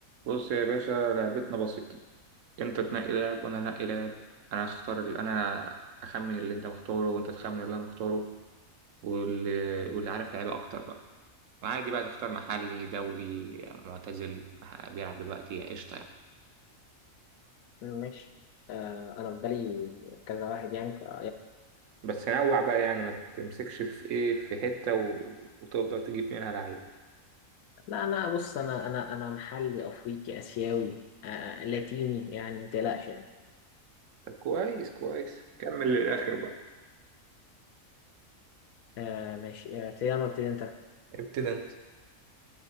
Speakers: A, on the right; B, on the left.
A: بص يا باشا لعبتنا بسيطة انت تنقي لاعب وانا انقي لاعب انا اختار اللي انا اخمن اللي انت مختاره وانت تخمن اللي انا مختاره واللي, واللي عارف لعيبة اكتر بقى وعادي بقى تختار محلي دولي معتزل مح- بيلعب دلوقتي قشطة يعني
B: ماشي آه انا في بالي كذا واحد يعني فيلا
A: بس نوع بقى يعني ما تمسكش في ايه في حتة و... وتفضل تجيب منها لعيب
B: لا انا بص انا انا انا محلي افريقي اسيوي آه آه، لاتيني يعني ما تقلقش يعني
A: طب كويس كويس كمل للآخر بقى
B: آه ماشي آه، ابتدي انا ولا ابتدي انت
A: ابتدى انت